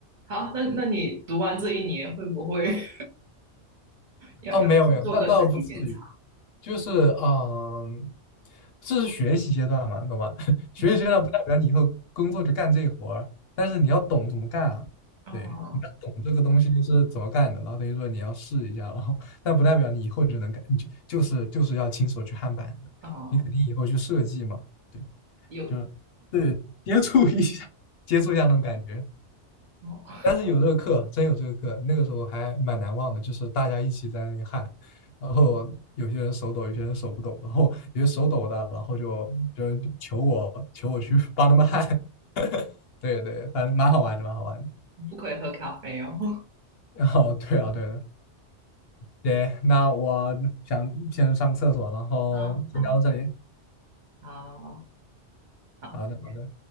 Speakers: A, on the right; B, on the left.
A: 好，那那你读完这一年会不会？要要去做个身体检查。
B: 哦，没有没有，那倒不至于，就是嗯，这是学习阶段嘛，懂吧？<laughs> 学习阶段不代表你以后工作就干这活儿，
A: 嗯，
B: 但是你要懂怎么干啊。
A: 哦
B: 对，你要懂这个东西是怎么干的，然后等于说你要试一下，然后但不代表你以后就能干，你就就是就是要亲手去焊板子，
A: 哦，
B: 你肯定以后去设计嘛，对，
A: 有
B: 就对，接触一下，接触一下那种感觉。
A: 哦，
B: 但是有这个课，真有这个课，那个时候还蛮难忘的，就是大家一起在那里喊，然后有些人手抖，有些人手不抖，然后有些手抖的，然后就就求我求我去帮他们喊，<laughs> 对对，反正蛮好玩的，蛮好玩的。
A: 不可以喝咖啡哦。<laughs>
B: 然后对啊，对的，对，那我想先上个厕所，然后先聊到这里。
A: 哦，好好好，
B: 好的，
A: 再见。
B: 好的。